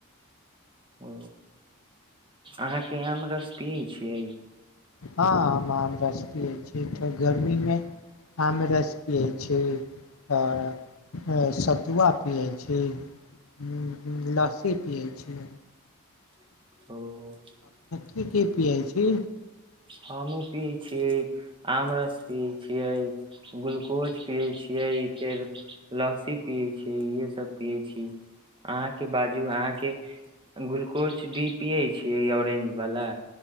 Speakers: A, on the right; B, on the left.
A: ओ अहाँके आम रस पियै छियै
B: हँ आमरस पीइ छै त गर्मीमे आमरस पी होइ छै आ सतू अपी जाइ छै छ ह लसित पियै छी
A: त
B: क्रिकेट पिइ छी
A: हमू पियै छियै आम रस पियै छियै ग्लुकोज पियै छियै ई फेर लस्सी पियै छियै इहेसभ पियै छी अहाँके बाजू अहाँके ग्लुकोज डी पियै छियै ऑरेंज वला